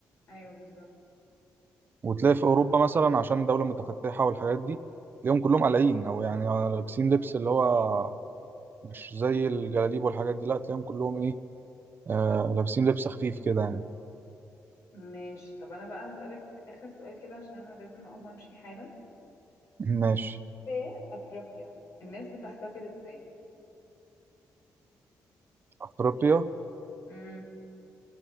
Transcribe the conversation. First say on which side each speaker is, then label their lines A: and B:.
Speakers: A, on the left; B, on the right.
A: ايوه بالظبط
B: وتلاقي في اوروبا مثلا عشان دولة متفتحة والحاجات دي تلاقيهم كلهم قلعين او يعني لابسين لبس اللي هو مش زي الجلاليب والحاجات دي لا تلاقيهم كلهم ايه آه لابسين لبس خفيف كده يعني
A: ماشي طب انا بقى هسألك اخر سؤال كده عشان انا لازم اقوم امشي حالا
B: ماشي
A: في افريقيا الناس بتحتفل ازاي
B: افريقيا
A: امم